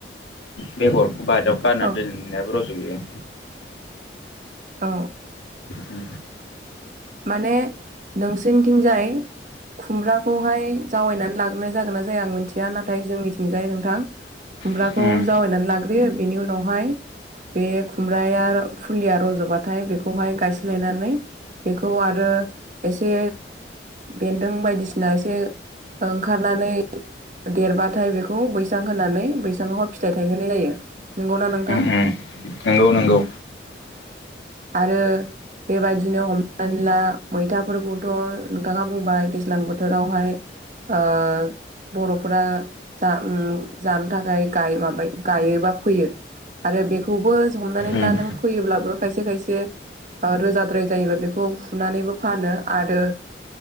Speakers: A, on the left (about 85°); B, on the right (about 45°).
A: बेगरखौ बाहेरायाव गारना
B: औ
A: दोननायाबो रज'यो
B: अ
A: उम
B: माने नोंसोरनिथिंजाय खुमब्राखौहाय जावायनानै लागोनाय जागोन ना जाया आं मिथिया नाथाय जोंनिथिंजाय नोंथां खुमब्राखौ
A: उम
B: जावैनानै लाग्रोयो बेनि उनावहाय बे खुमब्राया फुलिया रज'बाथाय बेखौहाय गायस्लायनानै बेखौ आरो एसे बेन्दों बायदिसिना एसे ओंखारनानै देरबाथाय बेखौ बैसां होनानै बैसांआवहाइ फिथाइ थायहोनाय जायो नंगौना नोंथां
A: उम उम नंगौ नंगौ
B: आरो बेबायदिनो हम नै ला मैथाफोरखौथ' नोंथाङा बुंबाय दैज्लां बोथोरावहाय ओ बर'फोरा जा जानो थाखाय माबा गायो बा फोयो आरो बेखौबो हमनानै
A: उम
B: ला नों फैयोब्लाबो खायसे खायसे रोजाद्राय जायोबा बेखौ फुनानैबो फानो आरो